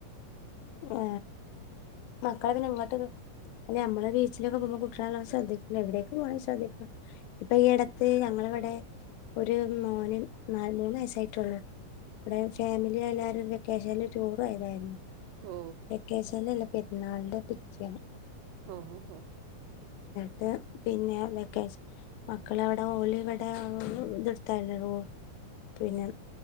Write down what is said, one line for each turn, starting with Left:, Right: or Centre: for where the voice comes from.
Left: ആ മക്കളെ പിന്നെ ഇങ്ങട്ട് അല്ല ഞമ്മൾ ബീച്ചിൽ ഒക്കെ പോകുമ്പോ കുട്ടികളെ നല്ലോം ശ്രദ്ധിക്കണം എവിടേക്ക് പോകാണേലും ശ്രദ്ധിക്കണം ഇപ്പൊ ഈ എടത്ത് ഞങ്ങളെ ഇവടെ ഒരു മോന് നാല് മൂന്നു വയസ്സായിട്ടൊള്ളു ഇവടെ
Right: ഉം.
Left: ഫാമിലി എല്ലാരും ഒര് വെക്കേഷൻല് ടൂർ പോയതായിരുന്നു
Right: ഓ
Left: വെ വക്കേഷനിൽ അല്ല പെരുന്നാളിന്റെ പിറ്റേന്ന്
Right: ഓഹൊഹൊ
Left: ട്ട് പിന്നെ വെക്കേഷൻ മക്കൾ അവിടെ ഓൽ ഇവടെ മം ഇത് എടുത്തായിരുന്നു റൂ പിന്നെ